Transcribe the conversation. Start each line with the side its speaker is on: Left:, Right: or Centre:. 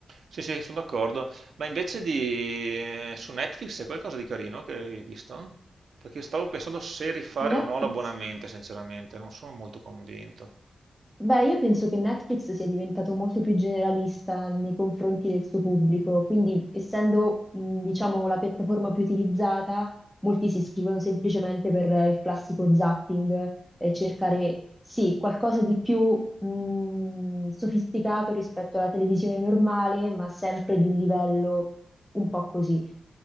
Right: Sì, sì, sono d'accordo. Ma invece di... eh, su Netflix c'è qualcosa di carino che hai visto? Perché stavo pensando se rifare
Centre: Su Netflix?
Right: o no l'abbonamento, sinceramente, non sono molto convinto.
Centre: Beh, io penso che Netflix sia diventato molto più generalista nei confronti del suo pubblico, quindi essendo, mh, diciamo, la piattaforma più utilizzata molti si iscrivono semplicemente per il classico zapping e cercare, sì, qualcosa di più mh, sofisticato rispetto alla televisione normale, ma sempre di un livello un po' così.